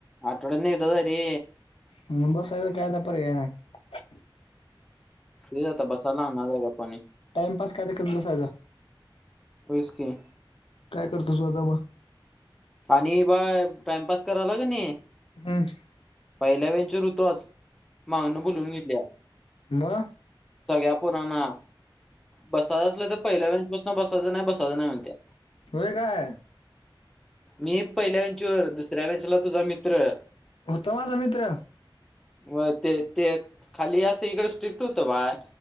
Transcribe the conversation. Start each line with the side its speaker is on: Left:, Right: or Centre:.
Centre: आठवड्यातून ऐगदाच हाय रे.
Left: मग बसायला काय आता. पर्याय नाय.
Centre: ते आता बसालाणारेका गपणी.
Left: टाइमपास काय तर करत बसायचा.
Centre: होयस की.
Left: काय करतोस आता म.
Centre: ये बाय टाइमपास कराला कनी.
Left: हम्म
Centre: पहिल्या बॉंच वर होतो आज. मागण बुलून घेतलीया.
Left: म.
Centre: सगळ्या पोराणा. बसाचं असलं त पहिल्या बँच पासून बसायचं. नाही बसायचं नाही म्हणत्या.
Left: होय काय.
Centre: मी पहिल्या बॅंच वर. दुसऱ्या बॅंचला तुझा मित्र.
Left: होता माझा मित्र.
Centre: व्हय. ते ते खाली असं इकडं स्ट्रिक्ट होतं बाय.